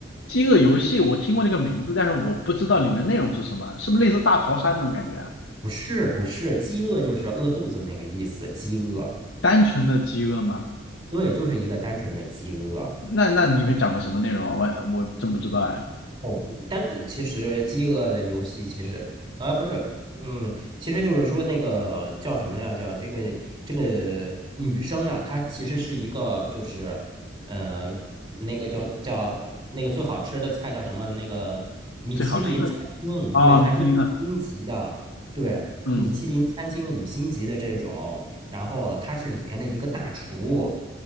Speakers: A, on the left; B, on the right.
A: 饥饿游戏我听过这个名字，但是我不知道里面内容是什么，是不是类似大逃杀那种感觉啊？
B: 不是不是，饥饿就是饿肚子那个意思，饥饿。
A: 单纯的饥饿吗？
B: 对，就是一个单纯的饥饿。
A: 那那里面讲的什么内容啊？我我真不知道哎。
B: 哦，但其实《饥饿的游戏》其实啊不是，嗯，其实就是说那个叫什么呀？叫这个这个女生呀，她其实是一个就是呃那个叫叫那个最好吃的菜叫什么？那个米其林餐厅，
A: 最好吃的哦，
B: 对，还是五星级的，
A: 米其林啊，
B: 对，
A: 嗯，
B: 米其林餐厅五星级的这种，然后她是里边的一个大厨。